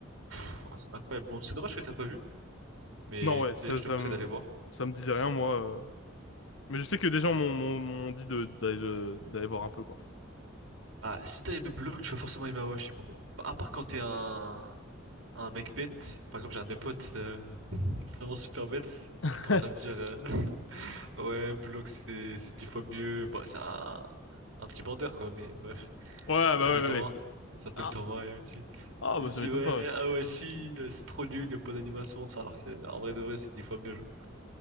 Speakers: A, on the right (about 85°); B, on the left (about 70°).
A: Pff, ah, c'est incroyable. Bon, c'est dommage que t'as pas vu, mais
B: Non, ouais, ça,
A: d'ailleurs, je
B: ça
A: te conseille
B: me...
A: d'aller voir.
B: ça me disait rien, moi. euh. Mais je sais que des gens m'ont m'ont- m'ont dit de- d'aller le- d'aller voir un peu, quoi.
A: Ah, si t'as aimé Blue Lock, tu vas forcément aimer Awashi pour moi. Bah, à part quand t'es un, un mec bête, par exemple, j'ai un de mes potes euh, vraiment super bête,
B: <laughs>
A: il commence à me dire euh, <laughs> Ouais, Blue Lock, c'est c'est dix fois mieux. Bon, c'est un, un petit bandeur, quoi, mais bref.
B: Ouais,
A: Il
B: bah ouais,
A: s'appelle Thomas.
B: ouais. ouais.
A: Il s'appelle
B: Ah,
A: Thomas et il me dit,
B: ah
A: il
B: bah
A: me dit
B: ça m'étonne
A: ouais,
B: pas, ouais.
A: ah ouais, si, euh, c'est trop nul, il n'y a pas d'animation, ça, alors que, en vrai de vrai, c'est dix fois mieux, genre.